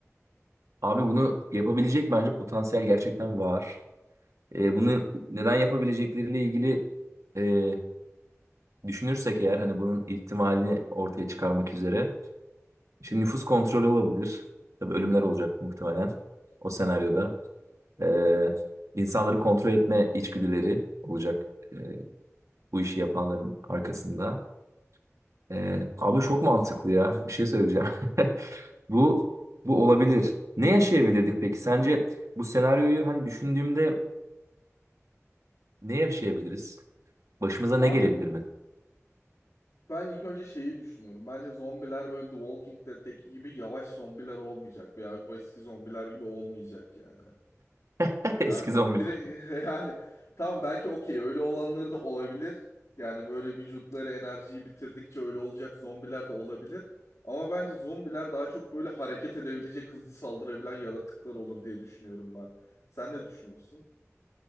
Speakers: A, on the right; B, on the left.
A: Abi bunu yapabilecek bence potansiyel gerçekten var. Ee,
B: <laughs>
A: bunu neden yapabilecekleriyle ilgili e, düşünürsek eğer hani bunun ihtimalini ortaya çıkarmak üzere. Şimdi nüfus
B: Ha?
A: kontrolü olabilir. Tabii ölümler olacak muhtemelen o senaryoda. Ee, insanları kontrol etme içgüdüleri olacak ee, bu işi yapanların arkasında. Ee, abi çok mantıklı ya. Bir şey söyleyeceğim. <laughs> Bu bu olabilir. Ne yaşayabilirdik peki? Sence bu senaryoyu hani düşündüğümde ne yaşayabiliriz? Başımıza
B: Abi
A: ne gelebilir mi?
B: ben ilk önce şeyi düşünüyorum. Bence zombiler böyle The Walking Dead'teki gibi yavaş zombiler olmayacak veya o eski zombiler gibi olmayacak yani.
A: <laughs>
B: Yani
A: Eski zombiler.
B: direkt <laughs> yani tamam belki okey öyle olanları da olabilir. Yani böyle vücutları enerjiyi bitirdikçe öyle olacak zombiler de olabilir. Ama bence zombiler daha çok böyle hareket edebilecek, hızlı saldırabilen yaratıklar olur diye düşünüyorum ben. Sen ne düşünüyorsun?